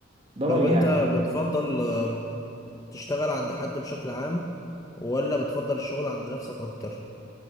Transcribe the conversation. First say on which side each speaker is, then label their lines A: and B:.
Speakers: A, on the right; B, on the left.
A: ده رايي
B: طب انت
A: يعني
B: بتفضل آه، تشتغل عند حد بشكل عام ولا بتفضل الشغل عند نفسك اكتر